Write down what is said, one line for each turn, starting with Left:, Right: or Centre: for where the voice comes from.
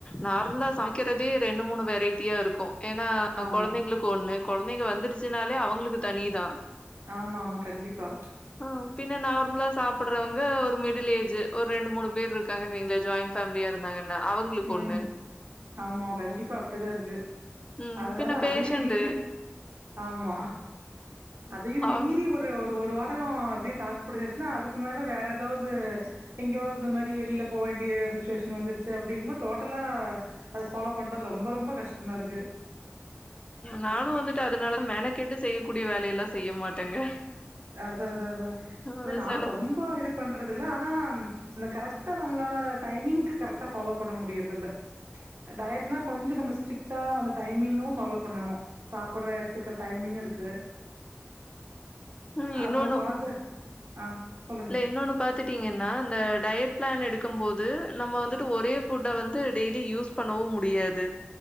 Left: நார்மலா சமக்கிறதே ரெண்டு மூணு வெரைட்டியா இருக்கு ஏனா
Right: ஆமா.
Left: கொழந்தைங்களுக்கு ஒண்ணு கொழந்தைங்க வந்துடுச்சுனாலே அவுங்களுக்கு தனி தா
Right: ஆமா ஆமா கண்டிப்பா
Left: ஆ பின்ன நார்மலா சாப்டுறவங்க ஒரு மிடில் ஏ ஜ்ஜு ஒரு ரெண்டு மூணு பேர் இருக்காங்கனு வைங்களே ஜாயிண்ட் ஃபேமிலியா இருந்தாங்கன்னா அவுங்களுக்கு
Right: ம்.
Left: ஒண்ணு
Right: ஆமா கண்டிப்பா அப்டிதா இருக்கு
Left: ம்
Right: அதனால
Left: பின்ன பேஷண்ட்
Right: அதையு மீறி ஆமா அதையு
Left: அவங்க
Right: மீறி ஒர் ல்ல ஒரு ஒரு வாரோ அப்டியே தாக்குப்புடிச்சுன்னா அதுக்கு மேல வேற எதாவது எங்கேயோ இந்த மாரி வெளில போ வேண்டிய சுச்சுவேஷன் வந்துருச்சு அப் டிங் போ டோட்டலா அத ஃபாலோ பண்றது ரொம்ப ரொம்ப கஷ்டமா இருக்கு
Left: நானு வந்துட்டு அதனால மெனகெட்டு செய்யக்கூடிய வேலையெல்லா செய்ய மாட்டேங்க
Right: அதா அதா அதா
Left: அ
Right: இல்ல நானு
Left: செல
Right: ரொம்ப இது பண்றது இல்ல ஆனா அந்த கரெக்டா நம்ளால டைமிங்க்கு கரெக்டா ஃபாலோ பண்ண முடியறது இல்ல டயட்னா கொஞ்சோ நம்ம ஸ்டி டா அந்த டைமிங்கு ஃபாலோ பண்ணனு சாப்ட்ற எடுத்துக்ற டைமிங்கு இருக்கு
Left: ம் இன்னொன்னு
Right: அப்றோ கொழந்த ஆ சொல்லு
Left: இல்ல இன்னொன்னு பாத்துட்டீங்கன்னா இந்த டயட் பிளான் எடுக்கும் போது நம்ம வந்துட்டு ஒரே ஃபுட்ட வந்து டெய்லி யூஸ் பண்ணவு முடியாது